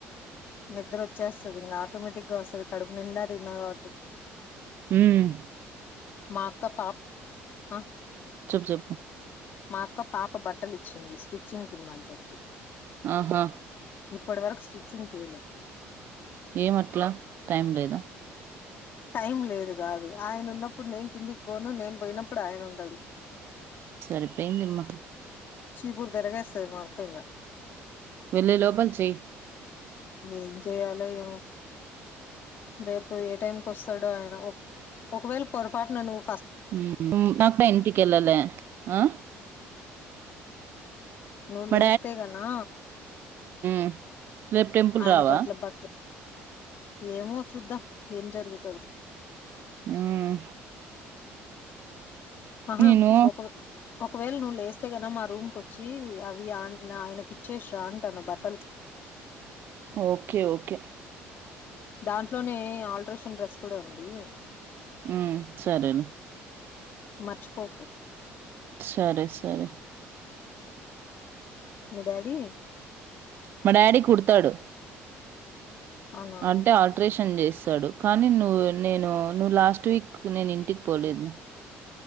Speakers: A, on the left (about 45°); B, on the right (about 45°).
A: నిద్ర వచ్చేస్తుంది ఇంకా ఆటోమేటిక్ గా వస్తుంది కడుపు నిండా తిన్నా కాబట్టి
B: మ్మ్.
A: మాఅక్క పా ఆ
B: చెప్ చెప్పు
A: మా అక్క పాప బట్టలు ఇచ్చింది స్టిచ్చింగ్ ఇమన్ని చెప్పి
B: ఆహా
A: ఇప్పుడు వరుకు స్టిచింగ్ కిలా
B: ఏమట్లా టైం లేదా
A: టైం లేదు కాదు ఆయన ఉన్నప్పుడు నేను కిందికి పోను నేం పోయినప్పుడు ఆయన ఉండడు
B: సరిపోయిందిమ
A: చీపూర్ తిరుగేస్తది మా అక్క ఇంక
B: వెళ్ళి లోపల చెయ్
A: ఏం చేయలో ఏమో రేపు ఏ టైంకి వస్తాడో ఆయన ఒకవేళ పొరపాటున నువ్
B: <unintelligible> నాకు ఎంటింటికేలేలా ఆ
A: నువ్వు
B: మా
A: లేస్తే గనా
B: అ రేపు టెంపుల్
A: ఆయనకు
B: రావా
A: అట్లా బట్ట ఏమో చూద్దాం ఏం జరుగుతదో
B: హ్మ్మ్
A: ఆహా
B: నేను
A: ఒక ఒకవేల నువ్వు లేస్తే గన మా రూమ్ వచ్చి అవి ఆన్ ఆయనకి ఇచ్చేసీ రా అంటున్న భట్
B: ఓకే ఓకే
A: దాంట్లోనే ఆల్ట్రేషన్ డ్రెస్ కూడా ఉంది
B: హ్మ్మ్ సరేలే
A: మర్చిపోకు
B: సరే సరే
A: మీ డాడీ
B: మా డాడీ కుడుతాడు
A: అవునా
B: అంటే ఆల్ట్రేషన్ చేసి చ్చాడు కానీ నువ్వు నేను నువ్వు లాస్ట్ వీక్ నేను ఇంటికి పోలేదు